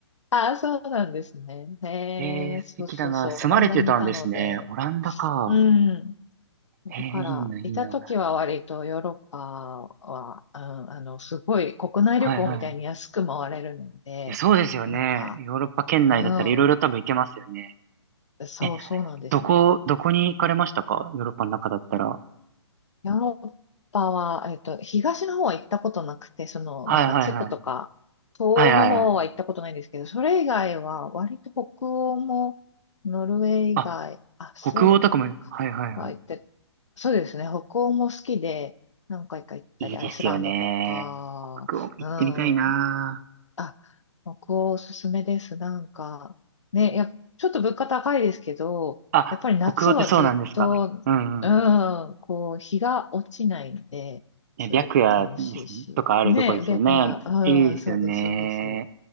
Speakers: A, on the left; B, on the right.
A: ああ、そうなんですね。へえ、
B: えー素敵だな。
A: そうそうそう。
B: 住まれてたんですね。
A: オランダにいたので。
B: オランダか。
A: うん。だから、
B: えーいいな、いいな。
A: いた時は割とヨーロッパは、うん、あの、すごい国内旅行みたいに安く回れるので、
B: はいはい。え、そうですよね。
A: なんか、
B: ヨーロッパ圏内だったらいろいろ多分行けますよね。
A: うん。そう、
B: え、
A: そうなんですよ。
B: どこ、どこに行かれましたかヨーロッパの中だったら。は
A: ヨーロッパは、えっと、東の方は行ったことなくて、その、なんかチェコとか、
B: いはいはい。
A: 東欧の方は行ったことないんですけど、
B: はいはいはい。
A: それ以外は、割と北欧も、ノルウェー以外、
B: あ、
A: あ、スウェーデンも行ってないか。
B: 北欧とかも、はいはいは
A: は行って、そうですね、北欧も好きで、何回か行ったり、
B: い。いいですよね。
A: アイスランドとか、
B: 北欧行ってみたいな。
A: うん、あ、北欧おすすめです。なんか、ね、やっ、ちょっと物価高いですけど、
B: あ、
A: やっぱり夏はずっと、
B: 北欧ってそうなんですかうんうん
A: うん、こう、日が落ちないんで、
B: え、
A: すごく楽しいし。
B: 白夜ですねとかあるとこですよね。
A: ね、白夜、うん、
B: いいですよね。
A: そうです、そうです。